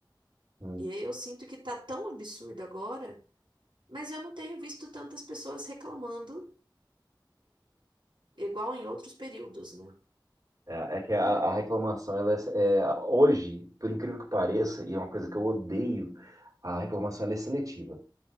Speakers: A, on the right; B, on the right.
A: Hum.
B: E aí eu sinto que tá tão absurdo agora, mas eu não tenho visto tantas pessoas reclamando, igual em outros períodos, né?
A: É, é que a, a reclamação, ela é, é, hoje, por incrível que pareça, e é uma coisa que eu odeio, a reclamação ela é seletiva.